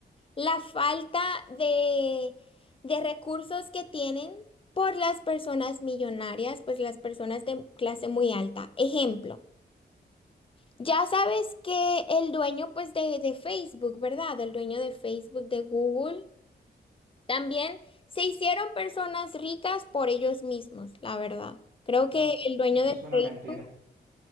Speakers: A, on the left; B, on the right.
A: la falta de, de recursos que tienen por las personas millonarias, pues las personas de clase muy alta. Ejemplo, ya sabes que el dueño pues de, de Facebook, ¿verdad? El dueño de Facebook, de Google. También se hicieron personas ricas por ellos mismos, la verdad. Creo
B: No,
A: que el dueño
B: eso
A: de
B: es una
A: Facebook.
B: mentira,